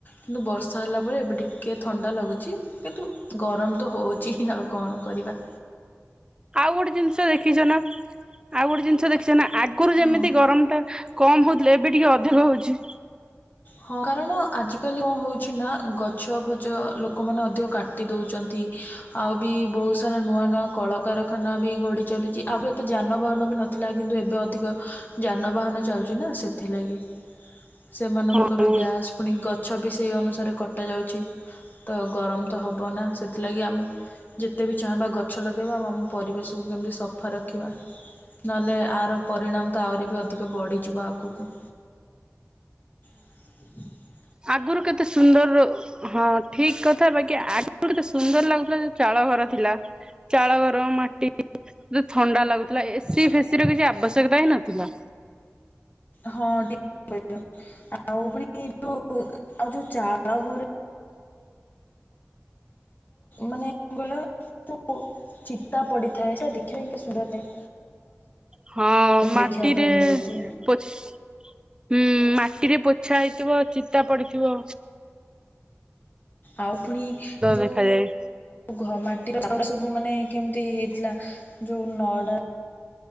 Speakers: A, on the left; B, on the right.
A: କିନ୍ତୁ ବର୍ଷା ହେଲା ପରେ ଏବେ ଟିକଏ ଥଣ୍ଡା ଲାଗୁଛି ।କିନ୍ତୁ ଗରମ ତ ହେଉଛି ଆଉ କଣ କରିବା।
B: ଆଉ ଗୋଟେ ଜିନିଷ ଦେଖିଛ ନା। ଆଉ ଗୋଟେ ଜିନିଷ ଦେଖିଛ ନା। ଆଗରୁ ଯେମିତି
A: ହଁ
B: ଗରମ ଟା କମ ହଉଥିଲେ ଏବେ ଟିକେ ଅଧିକ ହଉଛି।
A: ହଁ କାରଣ ଆଜିକାଲି କଣ ହେଉଛି ନା ଗଛ ଫଛ ଲୋକମାନେ ଅଧିକ କାଟି ଦେଉଛନ୍ତି, ଆଉ ବି ବହୁତ ସାରା ନୂଆ ନୂଆ କଳକାରଖାନା ବି ଘଡ଼ିି ଚାଲୁଛି, ଆଉ ଏତେ ଯାନବାହାନ ବି ନଥିଲା କିନ୍ତୁ ଏବେ ଅଧିକ ଯାନବାହାନ ଚାଲଛି ନା ସେଥିଲାଗି। ସେମାନେ ର <inaudible>
B: ହଁ ହୁଁ
A: ଗ୍ୟାସ୍ ପୁଣି ଗଛ ବି ସେଇ ଅନୁସାରେ କଟାଯାଉଛି ତ ଗରମ ତ ହବ ନା ସେଥିଲାଗି ଆମେ ଯେତେ ବି ଚାହିଁବା ଗଛ ଲଗାଇବା ଆଉ ଆମ ପରିବେଶକୁ କେମିତି ସଫା ରଖିବା ।ନହେଲେ ଆର ପରିଣାମ ତ ଆହୁରି ବି ଅଧିକ ବଢ଼ିଯିବ ଆଗକୁ। ହୁ <inaudible>
B: ଆଗରୁ କେତେ ସୁନ୍ଦର ।ହଁ ଠିକ କଥା ବାକି ଆଗରୁ ଏତେ ସୁନ୍ଦର ଲାଗୁଥିଲା ଯୋଉ ଚାଳ ଘର ଥିଲା। ଚାଳ ଘର ମାଟିେ <inaudible> ଥଣ୍ଡା ଲାଗୁଥିଲା ଏସି ଫେସି ର କିଛି ଆବଶ୍ୟକତା ହିଁ ନଥିଲା।
A: ହଁିକଛ <inaudible> ଆଉ ପୁଣି ଯୋଉ ଆଉ ଯୋଉ ଚାଳ ଘରେ ମାନେ ଗ ଚିତା ପଡିଥାଏ ସେଇଟ ଦେଖିବା କେ ସୁଧା ଟଏ <inaudible>
B: ହଁ ମାଟିରେ
A: ଦେଖିବା ପାଇଁ ମିଳୁଛି
B: ପୋଛି ହମ୍ ମା ରେ ପୋଛା ହେଇଥିବ ଚିନ୍ତା ପଡ଼ିଥିବ।
A: ଆଉ ପୁଣି ଯୋଉ
B: ଦେଖାଯାଏ।
A: ଘ ମା <inaudible> ସବୁ ମାନେ କେମିତି ହେଇଥିଲା ଯୋଉ ନଡ଼ା